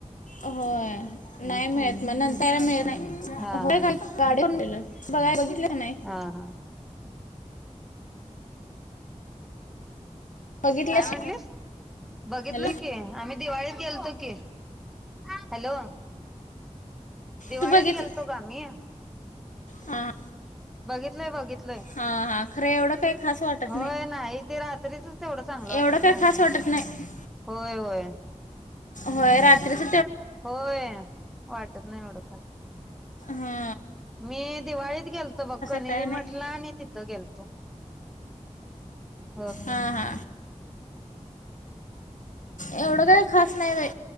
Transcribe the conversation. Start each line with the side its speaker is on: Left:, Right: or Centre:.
Left: व्हय नाही मिळत मग नंतरला मिळत नाही.
Centre: हा
Left: होय
Centre: हा
Left: काय गाडीवरून नेलं. बघाय बघितलं हे नाही.
Centre: हा हा
Left: बघितलंस
Centre: काय म्हणलीस बघितलोय
Left: हॅलो
Centre: की. आम्ही दिवाळीत गेलतो की हॅलो. दिवाळीत
Left: तू बघितली
Centre: गेलतो ग आम्ही.
Left: हां
Centre: बघितलंय बघित.
Left: हां हां खरं एवढं काही खास वाटत
Centre: होय नाही ते रात्रीचच तेवढं चांगलं वाटतंय
Left: एवढं काही
Centre: ग
Left: खास वाटत नाही
Centre: होय होय
Left: होय रात्रीच
Centre: होय वाटत नाही एवढ खर.
Left: हा
Centre: मी दिवाळीत गेलतो बघ कणेरी
Left: काय नाही
Centre: मठला आणि तिथं गेलतो. ह् <inaudible>
Left: हा हा. एवढं काय खास नाय बाई